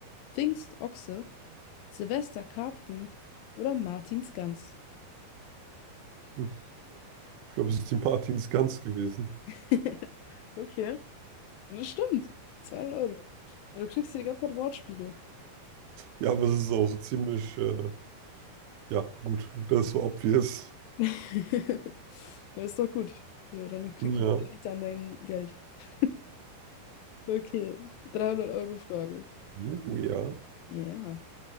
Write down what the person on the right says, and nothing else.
Hm. Ich glaube, es ist die Martins Gans gewesen.
Ja, aber es ist auch ziemlich, äh, ja, gut. Das war obvious.
Ja.
Oh ja.